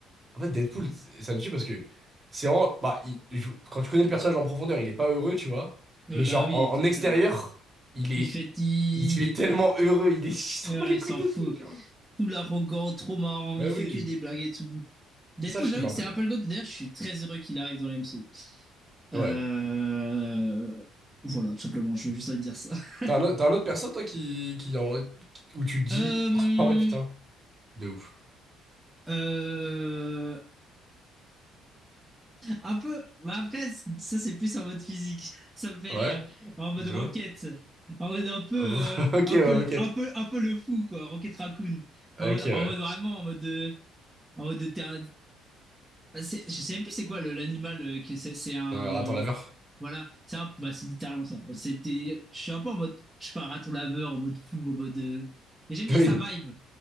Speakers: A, on the right; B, in the centre.
A: En fait, Deadpool, ça me tue parce que c'est en. Bah, il joue- quand tu connais le personnage en profondeur, il est pas heureux, tu vois.
B: Ouais,
A: Mais
B: bah
A: genre,
B: oui,
A: en, en
B: tu m'étonnes.
A: extérieur, il est.
B: Il fait, il,
A: Il se fait
B: est-
A: tellement heureux, il est. <laughs> Il s'en
B: voilà,
A: bat les
B: il
A: couilles
B: s'en
A: de
B: fout.
A: tout, tu vois.
B: Tout l'arrogant, trop marrant,
A: Mais
B: il
A: oui.
B: fait que des blagues et tout. Deadpool,
A: Ça, je
B: j'avoue
A: kiffe
B: que
A: un
B: c'est
A: peu,
B: Apple
A: tu vois.
B: God. D'ailleurs, je suis très heureux qu'il arrive dans le MCU.
A: Ouais.
B: Euh, Voilà, tout simplement, je veux juste te dire ça. <laughs>
A: T'as un, autre- t'as un autre perso, toi, qui, qui, en- où tu te dis.
B: Euh,
A: <laughs> Ah ouais, putain, de ouf.
B: euh, Un peu. Bah après, ça c'est plus en mode physique. <laughs> Ça me fait
A: Ouais,
B: rire. En mode
A: tu
B: roquette.
A: vois.
B: En mode un peu,
A: <laughs>
B: euh,
A: Ok,
B: un
A: ouais,
B: peu, le-
A: ok.
B: un peu, un peu le fou quoi. Rocket Raccoon. En
A: Ok,
B: mode,
A: ouais.
B: en mode vraiment, en mode de, en mode de terrain- bah, c'est- je sais même plus c'est quoi le- l'animal euh, que c'est. C'est un.
A: Euh, attends, laveur.
B: Voilà. C'est un- bah, c'est littéralement ça. C'était. Je suis un peu en mode. Je suis pas un raton laveur en mode fou, en mode. euh, Et j'aime
A: <laughs>
B: bien
A: Oui,
B: sa vibe.